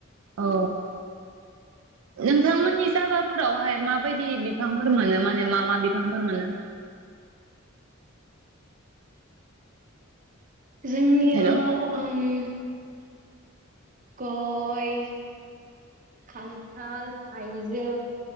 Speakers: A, on the right; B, on the right.
A: औ नोंथांमोननि जायगाफोरावहाय माबायदि बिफांफोर मोनो माने मा मा बिफांफोर मोनो <inaudible>
B: जोंनियाव
A: हेल'
B: गय खान्थाल थायजौ